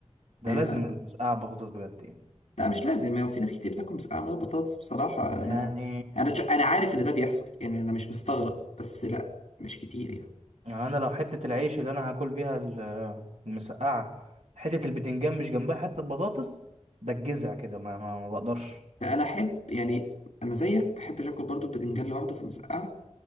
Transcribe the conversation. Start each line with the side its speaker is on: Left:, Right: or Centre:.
Right: ده
Left: اي
Right: لازم
Left: لا
Right: المسقعه بطاطس بجد يعني
Left: لا مش لازم هو في ناس كتير بتاكل مسقعه من غير بطاطس بصراحه انا
Right: يعني
Left: انا ش- انا عارف ان ده بيحصل يعني انا مش مستغرب بس لا مش كتير يعني
Right: يعني انا لو حته العيش اللي انا هاكل بيها ال- المسقعه حته البتنجان مش جنبها حته بطاطس بتجزع كده ما, ما, ما بقدرش
Left: لا انا احب يعني انا زيك ما بحبش اكل برضو البتنجان لوحده في المسقعه